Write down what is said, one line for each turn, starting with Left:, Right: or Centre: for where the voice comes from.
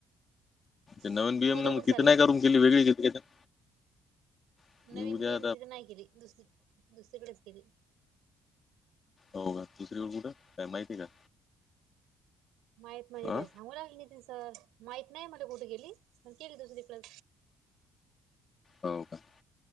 Left: ते नवीन
Right: तुम्ही
Left: बीएम
Right: उद्या
Left: न
Right: कुठे
Left: मग,
Right: चालले
Left: तिथं नाय का रूम दिली वेगळी घेतली का आता त्यानं?
Right: नवीन
Left: उद्या
Right: बिएम तिथ नाय केली, दुसरी दुसरीकडच केली.
Left: हो का दुसरीकड कुठं काय माहिती ये का?
Right: माहित म्हणजे तेे
Left: आ
Right: सांगू लागली नी सगळ्या माहित नाय मला कुठ गेली पण केली दुसरीकड
Left: हो का?